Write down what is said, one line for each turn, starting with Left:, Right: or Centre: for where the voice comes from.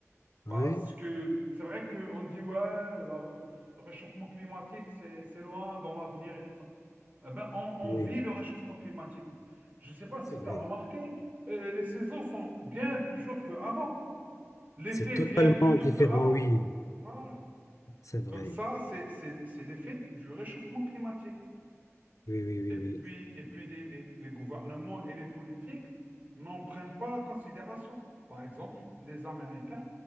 Right: Parce
Left: Ouais,
Right: que c'est vrai qu'on dit, ouais, la- le réchauffement climatique, c'est, c'est loin dans l'avenir et tout ça. Eh ben, on, on
Left: oui,
Right: vit le réchauffement climatique. Je ne sais pas si
Left: c'est vrai.
Right: tu as remarqué, euh, les saisons sont bien plus chaudes qu'avant. L'été
Left: C'est totalement
Right: vient plus tôt
Left: différent,
Right: qu'avant.
Left: oui.
Right: Voilà.
Left: C'est vrai.
Right: Donc ça, c'est, c'est, c'est l'effet du réchauffement climatique.
Left: Oui, oui, oui,
Right: Et
Left: oui.
Right: puis, et puis les, les- les gouvernements et les politiques n'en prennent pas en considération. Par exemple, les Américains